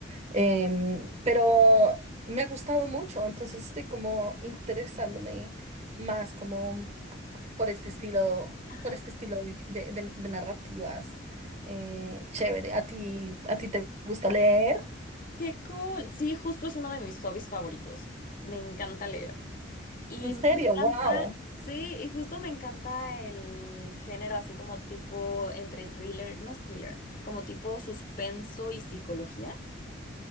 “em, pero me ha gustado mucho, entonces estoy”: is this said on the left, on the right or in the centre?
Right